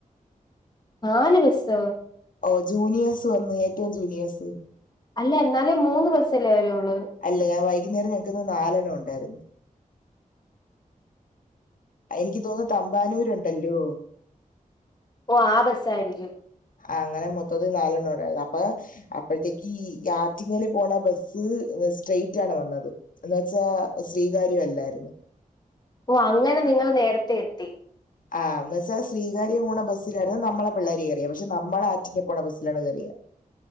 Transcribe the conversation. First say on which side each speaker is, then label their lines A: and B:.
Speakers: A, on the left (about 30°); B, on the left (about 70°).
A: നാല് ബസ്സോ?
B: ഓഹ് ജൂനിയേഴ്സ് വന്നു ഏറ്റവും ജൂനിയേഴ്സ്
A: അല്ല എന്നാലും മൂന്ന് ബസ്സല്ലേ വരൊള്ളൂ
B: അല്ലേ അ വൈകുന്നേരം ഞങ്ങക്കിന്ന് നാലെണ്ണം ഒണ്ടായിരുന്നു എനിക്ക് തോനുന്നു തമ്പാനൂരുണ്ടല്ലോ?
A: ഓഹ് ആ ബസ്സായിരിക്കും
B: ആഹ് അങ്ങനെ മൊത്തത്തി നാലെണ്ണം ഒണ്ടായിരുന്നു അപ്പൊ അപ്പഴ്ത്തേക്കീ ആറ്റിങ്ങല് പോണ ബസ്സ് സ്ട്രൈറ്റ് ആണ് വന്നത് <unintelligible> ശ്രീകാര്യവല്ലായിരുന്നു
A: ഓഹ് അങ്ങനെ നിങ്ങള് നേരത്തെ എത്തി
B: ആഹ് എന്ന് വെച്ചാ ശ്രീകാര്യ പോണ ബസ്സിലായിരുന്നു നമ്മളെ പിള്ളേര് കയറിയെ പക്ഷെ നമ്മള് ആറ്റിങ്ങേ പോണ ബസ്സിലാണ് കയറിയെ